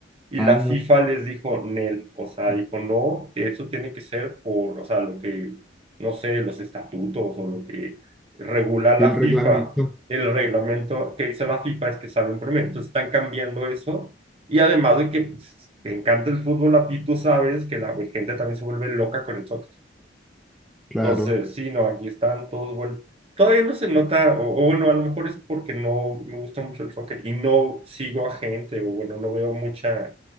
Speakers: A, on the right (about 35°); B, in the centre.
A: Y
B: Ah,
A: la FIFA les dijo, Nel, o sea, dijo, no, eso tiene que ser por, o sea, lo que, no sé, los estatutos o lo que regula la
B: y el reglamento,
A: FIFA el reglamento que dice la FIFA es que sale un promedio. Entonces están cambiando eso. Y además de que pues, te encanta el fútbol a ti, tú sabes que la gente también se vuelve loca con el soccer.
B: claro.
A: Entonces, sí, no, aquí están todos vueltos. Todavía no se nota, o, o bueno, a lo mejor es porque no me gusta mucho el soccer y no sigo a gente, o bueno, no veo mucha